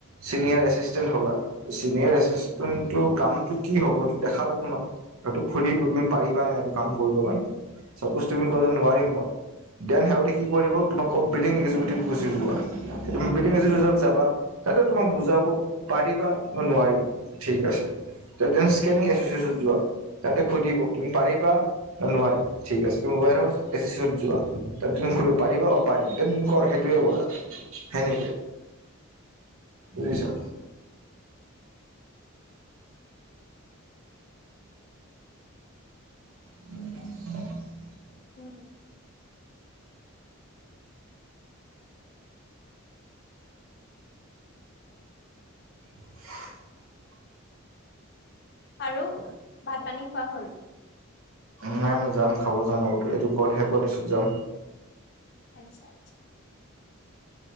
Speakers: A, on the right; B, on the left.
A: চিনিয়ৰ এচিচন্টেত হলা। <unintelligible> জুনিয়ৰ এচিচণ্টেণ্ট
B: উম
A: কোনটো কাম। টো কি হ'ব সেইটো দেখাব তোমাক সটো সুধিব তুমি পাৰিবা নাই এইটো কাম কৰিব কাৰণে। <unintelligible> চাপোজ তুমি
B: অ
A: ক' নোৱাৰিম ব। দেন সিহঁতে কি কৰিব তোমাৰ কম্পেনিং গুচি যোৱা কম্পেনিং <unintelligible> সেইটো তোমাক বুজাব। পাৰিবাম নোৱাৰিম ঠিক আছে <unintelligible> নিং এচিয়চন যোৱা তাতে সুধিব তুমি পাৰিবা নোৱাৰিম ঠিক <unintelligible> ৱ হাউচ এিয়েন। যোৱা ত তম সুৰি পাৰিবা অপাৰিম এম ক সেইটোৱে কৰা সেনেকে বুজিছ।
B: অ
A: ম।
B: উম।
A: <unintelligible>
B: আৰু ভাত পানী খোৱা হল।
A: নাই নাই যাম খাব যাম অলপ এইটো কল শেষ হোৱাৰ পিছত যাম।
B: আচ্ছা আচ্ছা